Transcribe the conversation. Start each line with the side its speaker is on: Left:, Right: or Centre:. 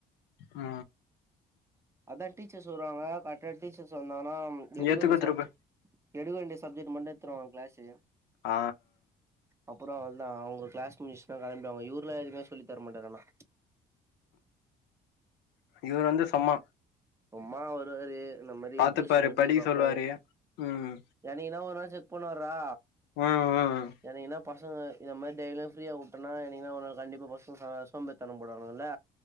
Left: ஆ
Right: அதா டீச்சர் சொல்றாங்க கரட்டா டீச்சர்ஸ் வந்தாங்கனா எடுக்க
Left: ஏத்துக்க
Right: வேண்டிய
Left: திருப்பு
Right: சப்ஜெக்ட் எடுக்க வேண்டிய சப்ஜெக்ட் மட்டு எத்துருவோ கிளாஸு
Left: ஆ
Right: அப்பறோ வந்தா அவுங்க கிளாஸ் மிஸ்ளா கெளம்பிடுவாங்க இவரு தா எதுமே சொல்லித்தர மாட்டாரு ஆனா
Left: இவரு வந்து சம்மா
Right: சும்மா வருவாரு இந்த மாரி
Left: பாத்துப்பாரு
Right: டூசன் எப்டின்
Left: படிக்க
Right: பாப்பாரு
Left: சொல்லுவாரு ம்
Right: எனகினா ஒரு நாள் செக் பண்வார்றா
Left: ம் ம்
Right: எனகினா பசங்க இந்த மாரி டெய்லியு ஃப்ரீயா வுட்டனா என்னகினா ஒரு நாள் கண்டிப்பா பசங்க ச சோம்பேரிதன படுவாங்கல்ல